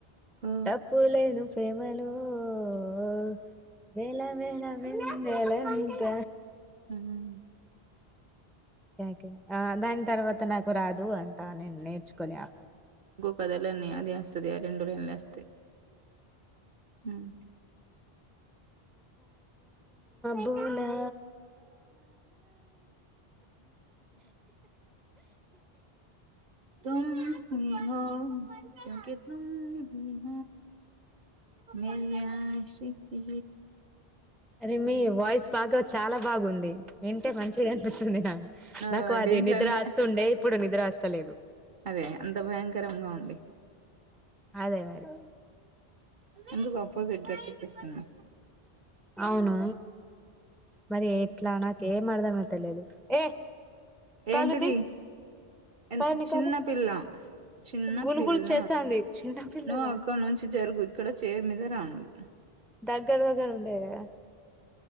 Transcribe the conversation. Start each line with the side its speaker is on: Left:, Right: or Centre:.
Right: ఓ
Centre: తప్పు లేదు ప్రేమలో ఓ వేళ వేళ వెందేలంత
Right: హ్మ్మ్
Centre: కే ఆ దాని తర్వాత నాకు రాదు అంతా నేను నేర్చుకొని ఆ
Right: కదలన్నీ అదివస్తుంది ఆ రెండు లైన్ల వస్తయి హ్మ్మ్
Centre: తులా
Right: తుమ్ హీ హూ మీయాసిపి
Centre: అరే మీ వాయిస్ బాగా చాలా బాగుంది వింటే మంచిగా అనిపిస్తుంది నాకు
Right: ఆ
Centre: నాకు అది
Right: దేంట్లో
Centre: అది నిద్ర
Right: అయినా
Centre: వస్తుండే ఇప్పుడు నిద్ర వస్తలేదు
Right: అదే అంత భయంకరంగా ఉంది
Centre: అదే మరి
Right: ఎందుకు ఆపోజిట్గా చెప్పిస్తున్నా
Centre: అవును మరి ఎట్లా నాకేం అర్థమైతలేదు ఏ కాళ్ళు
Right: ఏంటిది
Centre: తీ
Right: ఎ
Centre: పైన నీ
Right: చిన్న
Centre: కాళ్ళు
Right: పిల్ల చిన్న
Centre: గులుగులు
Right: పిల్ల
Centre: చేస్తాంది చిన్నపిల్లగా
Right: నువ్వు అక్కడ నుంచి జరుగు ఇక్కడ చైర్ మీద రానువు
Centre: దగ్గర దగ్గర ఉండేది కదా